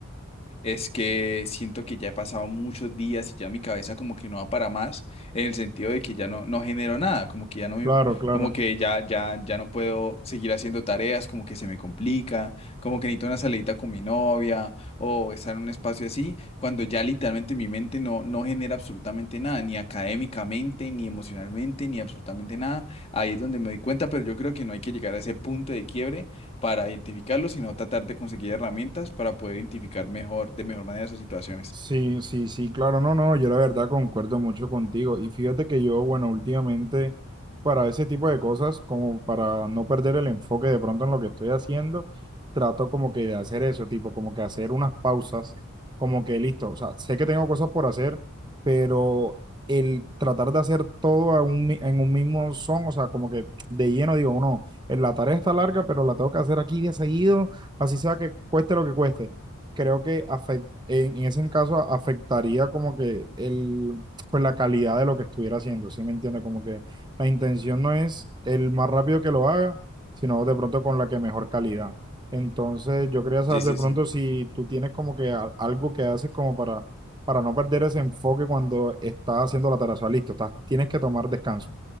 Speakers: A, on the left; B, on the right.
A: es que siento que ya he pasado muchos días y ya mi cabeza como que no va para más, en el sentido de que ya no, no genero nada, como que ya no me,
B: claro, claro.
A: como que ya, ya, ya no puedo seguir haciendo tareas, como que se me complica, como que necesito una salidita con mi novia o estar en un espacio así, cuando ya literalmente mi mente no, no genera absolutamente nada, ni académicamente, ni emocionalmente, ni absolutamente nada. Ahí es donde me doy cuenta, pero yo creo que no hay que llegar a ese punto de quiebre para identificarlo, sino tratar de conseguir herramientas para poder identificar mejor, de mejor manera sus situaciones.
B: Sí, sí, sí, claro, no, no, yo la verdad concuerdo mucho contigo. Y fíjate que yo, bueno, últimamente para ese tipo de cosas, como para no perder el enfoque de pronto en lo que estoy haciendo, trato como que de hacer eso, tipo, como que hacer unas pausas, como que listo, o sea, sé que tengo cosas por hacer, pero el tratar de hacer todo a un, mi- en un mismo son, o sea, como que de lleno digo, no, eh, la tarea está larga, pero la tengo que hacer aquí de seguido, así sea que cueste lo que cueste creo que afec- en, en ese caso a- afectaría como que el, pues la calidad de lo que estuviera haciendo, ¿sí me entiende? Como que la intención no es el más rápido que lo haga, sino de pronto con la que mejor calidad. Entonces, yo quería saber
A: Sí, sí,
B: de pronto
A: sí.
B: si tú tienes como que a- algo que haces como para, para no perder ese enfoque cuando estás haciendo la tarea. O sea, listo, estás, tienes que tomar descanso